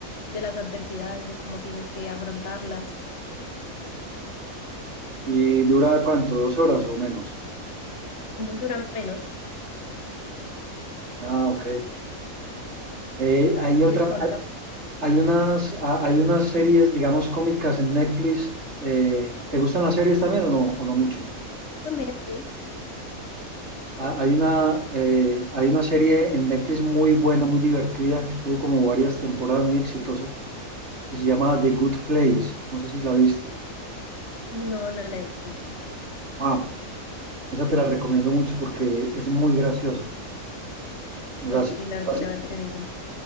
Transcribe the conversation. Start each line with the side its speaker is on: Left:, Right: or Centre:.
Left: de las adversidades, de cómo tienes que afrontarlas.
Right: ¿Y dura cuánto? ¿Dos horas o menos?
Left: Dura menos,
Right: Ah, ok. Eh, hay
Left: sí
Right: otra,
Left: es corta.
Right: hay unas, a- hay unas series, digamos, cómicas en Netflix. eh, ¿te gustan las series también o no, o no mucho?
Left: También, sí.
Right: Ha- Hay una, eh, hay una serie en Netflix muy buena, muy divertida, que tuvo como varias temporadas muy exitosa, que se llama The Good Place. No sé si la viste.
Left: No, no la he visto.
Right: Wow, esa te la recomiendo mucho porque es muy graciosa.
Left: Ok,
Right: Bas-
Left: la,
Right: bas-
Left: sí la voy a tener en cuenta.